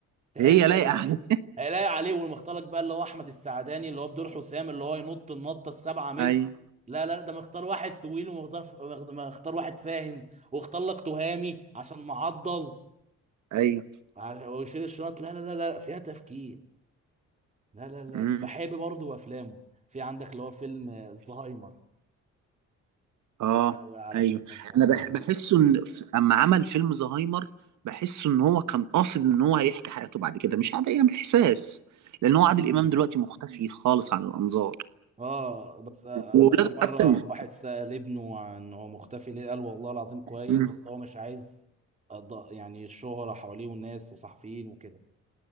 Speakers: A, on the right; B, on the right.
A: تحس
B: هي لايقة
A: آه،
B: عليه
A: هيلاقي عليه والمختلط بقى اللي هو احمد السعداني اللي هو بدور حسام اللي هو ينط النطه السبعة متر
B: <laughs> ايوه
A: لا لا لا، ده مختار واحد طويل ومختار مختار واحد فاهم واختار لك تهامي عشان معضل
B: ايوه
A: ع- ويشيل الشنط لا لا لا لا فيها تفكير لا لا لا
B: امم
A: بحب برضه افلامه في عندك اللي هو فيلم آه، الزهايمر يا
B: اه
A: لهوي على
B: ايوه
A: فيلم الزهايمر
B: انا بح بحسه ان ف- اما عمل فيلم زهايمر بحسه ان هو كان قاصد ان هو هيحكي حياته بعد كده مش عارف يعني احساس لان هو عادل
A: مم.
B: امام دلوقتي مختفي خالص عن الانظار
A: اه بس آه،
B: واولاده
A: آه، اخر مره
B: حتى م-
A: واحد سأل ابنه عن هو مختفي ليه قال والله العظيم كويس
B: م-
A: بس هو مش عايز أض- يعني الشهره حواليه والناس وصحفيين وكده